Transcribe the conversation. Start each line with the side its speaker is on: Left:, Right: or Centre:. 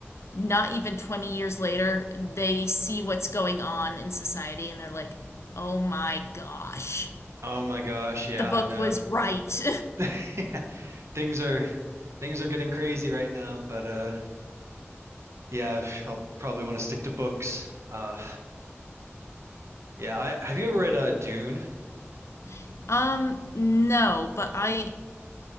Left: Not even 20 years later, they see what's going on in society and they're like, oh my gosh,
Right: Oh my gosh, yeah,
Left: the book
Right: I know.
Left: was right.
Right: <laughs> Yeah. Things are things are getting crazy right now, but uh yeah, I'll probably want to stick to books. Uh yeah, I have you ever read uh Dune?
Left: <laughs> um, no, but I